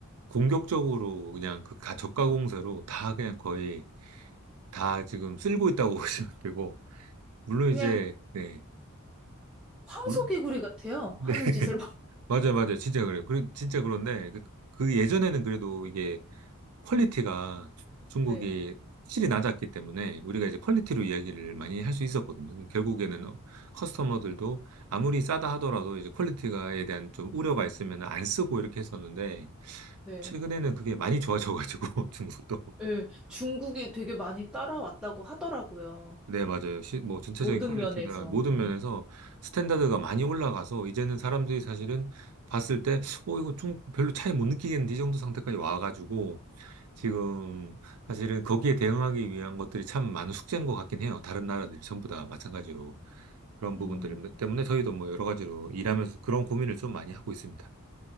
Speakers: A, on the right; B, in the centre.
A: 공격적으로 그냥 그 가- 저가 공세로 다 그냥 거의 다 지금 쓸고 있다고 <laughs> 보시면 되고, 물론
B: 그냥
A: 이제, 네,
B: 황소개구리
A: 물,
B: 같아요.
A: 네.
B: 하는
A: <laughs>
B: 짓을 봐. <laughs>
A: 맞아요, 맞아요. 진짜 그래요. 그, 진짜 그런데, 그, 그 예전에는 그래도 이게 퀄리티가 중국이
B: 네.
A: 확실히 낮았기 때문에 우리가 이제 퀄리티로 이야기를 많이 할 수 있었거든요. 결국에는 어, 커스터머들도 아무리 싸다 하더라도 이제 퀄리티가에 대한 좀 우려가 있으면 안 쓰고 이렇게 했었는데,
B: 네.
A: 최근에는 그게 많이 좋아져가지고, <laughs> 중국도.
B: 네. 중국이 되게 많이 따라왔다고 하더라고요.
A: 네, 맞아요. 시, 뭐, 전체적인
B: 모든
A: 퀄리티나
B: 면에서.
A: 모든
B: 네.
A: 면에서 스탠다드가 많이 올라가서 이제는 사람들이 사실은 봤을 때, 어, 이거 좀 별로 차이 못 느끼겠는데 이 정도 상태까지 와가지고 지금 사실은 거기에 대응하기 위한 것들이 참 많은 숙제인 것 같긴 해요. 다른 나라들이 전부 다 마찬가지로 그런 부분들
B: 음.
A: 때문에 저희도 뭐 여러 가지로 일하면서 그런 고민을 좀 많이 하고 있습니다.